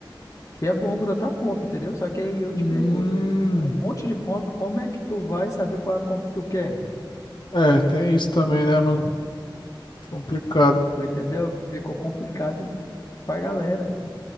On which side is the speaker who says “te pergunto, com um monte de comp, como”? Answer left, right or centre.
Left